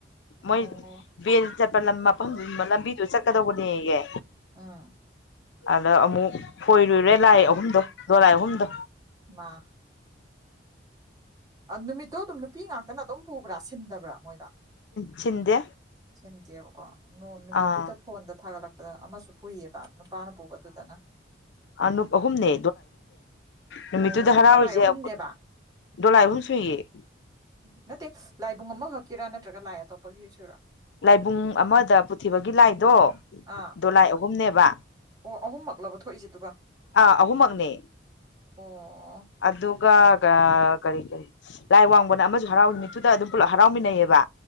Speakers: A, on the left; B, on the right.
A: ꯃꯣꯏ
B: ꯑꯣ
A: ꯕꯦꯜ ꯆꯠꯄ ꯂꯝ ꯃꯐꯝ ꯂꯝꯕꯤꯗꯨꯣ ꯆꯠꯀꯗꯧꯕꯅꯦꯍ
B: ꯑꯥ
A: ꯑꯗ ꯑꯃꯨꯛ ꯈꯣꯏꯔꯨꯔꯦ ꯂꯥꯏ ꯑꯍꯨꯝꯗꯣ ꯗꯣꯂꯥꯏ ꯑꯍꯨꯝꯗ
B: ꯋꯥ ꯅꯨꯃꯤꯠꯇꯣ ꯑꯗꯨꯝ ꯅꯨꯄꯤ ꯉꯥꯛꯇꯅ ꯑꯗꯨꯝ ꯄꯨꯕ꯭ꯔꯥ ꯁꯤꯟꯗꯕ꯭ꯔꯥ ꯃꯣꯏꯗ
A: ꯁꯤꯟꯗꯦ
B: ꯁꯤꯟꯗꯦꯕꯀꯣ ꯅꯨꯃꯤꯠꯇꯨꯗ
A: ꯑꯥ
B: ꯐꯣꯟꯗ ꯊꯥꯒꯠꯂꯛꯄꯗ ꯑꯃꯁꯨ ꯄꯨꯏꯌꯦꯕ ꯅꯨꯄꯥꯅ ꯄꯨꯕꯗꯨꯗꯅ
A: ꯑꯅꯍꯨꯝꯅꯦ ꯅꯨꯃꯤꯠꯇꯨꯗ
B: ꯑꯣ
A: ꯍꯔꯥꯎꯔꯤꯁꯦ
B: ꯗꯣꯂꯥꯏ ꯑꯍꯨꯝꯅꯦꯕ
A: ꯗꯣꯂꯥꯏ ꯑꯍꯨꯝ ꯁꯨꯏꯌꯦ
B: ꯎ ꯅꯠꯇꯦ ꯂꯥꯏꯕꯨꯡ ꯑꯃꯈꯛꯀꯤꯔꯥ ꯅꯠꯇ꯭ꯔꯒ ꯂꯥꯏ ꯑꯇꯣꯞꯄꯒꯤ ꯁꯔꯥ
A: ꯂꯥꯏꯕꯨꯡ ꯑꯃꯗ ꯄꯨꯊꯤꯕꯒꯤ ꯂꯥꯏꯗꯣ
B: ꯑꯥ
A: ꯗꯣꯂꯥꯏ ꯑꯍꯨꯝꯅꯦꯕ
B: ꯑꯣ ꯑꯍꯨꯝꯃꯛꯛꯂꯕ ꯊꯣꯛꯏꯁꯤꯦꯗꯨꯒ
A: ꯑꯥ ꯑꯍꯨꯝꯃꯛꯅꯦ
B: ꯑꯣ
A: ꯑꯗꯨꯒ ꯀꯔꯤ ꯀꯔꯤ ꯂꯥꯏ ꯋꯥꯡꯕꯅ ꯑꯃꯁꯨ ꯍꯔꯥꯎꯃꯤꯠꯇꯨꯗ ꯑꯗꯨꯝ ꯄꯨꯂꯞ ꯍꯔꯥꯎꯃꯤꯟꯅꯩꯌꯦꯕ